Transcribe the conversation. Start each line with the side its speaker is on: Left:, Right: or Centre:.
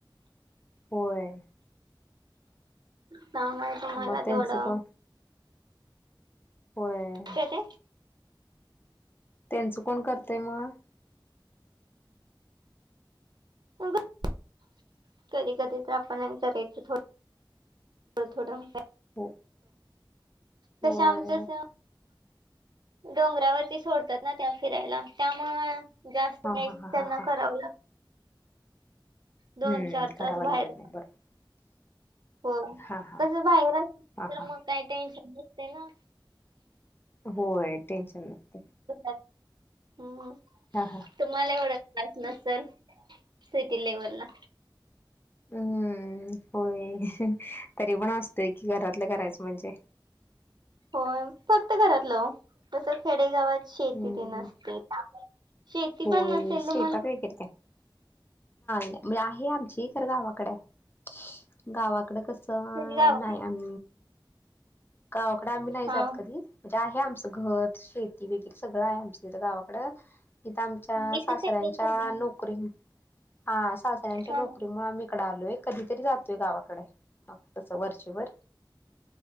Left: व्हय!
Right: काम आहे तूम्हाला
Left: मग त्यांचं
Right: तेवढं.
Left: कोण होय!
Right: त्यां ते.
Left: त्यांच कोण करतय म?
Right: <unintelligible> <unintelligible> थोडं
Left: हो होय
Right: तसे आमच्या डोंगरावरती सोडतात ना त्या फिरायला त्यामुळ जास्त
Left: हा
Right: काही
Left: हा हा
Right: त्यांना
Left: हा हा
Right: करावं लाग
Left: हम्म
Right: दोन चार
Left: करावं
Right: तास
Left: लागत
Right: बाहेर.
Left: नाही बरोबर
Right: हो
Left: हा हा
Right: तस बाहेर असल
Left: हा
Right: तर
Left: हा
Right: मग काही टेन्शन नाही त्याला.
Left: होय टेन्शन नसतय.
Right: <unintelligible>
Left: हा हां!
Right: तुम्हाला एवढा <unintelligible> नसेल सिटी लेव्हल ला.
Left: हूं होय! तरी पण असतंय की घरातलं करायचं म्हणजे.
Right: होय फक्त घरातलं वो तस खेडेगावात शेती
Left: हम्म
Right: ती नसते. शेती
Left: होय
Right: पण नसेल
Left: शेतात
Right: तुम्हाला
Left: <unintelligible> नाही, नाही मी आहे आमची खर गावाकडं आहे गावाकडं कस. चं
Right: गावात
Left: नाही आम गावा कड आम्ही नाही
Right: हा
Left: जात कधी. म्हणजे आहे आमचं घर, शेती वगैरे सगळं आहे आमचं तिथं गावाकडं. इथ आमच्या
Right: इथं
Left: सासऱ्यांच्या
Right: सेटल झालं
Left: नोकरी, हा सासऱ्यांच्या
Right: हा
Left: नोकरीमुळे आम्ही ईकड आलोय कधीतरी जातोय गावाकडे, मग तसं वरचे वर.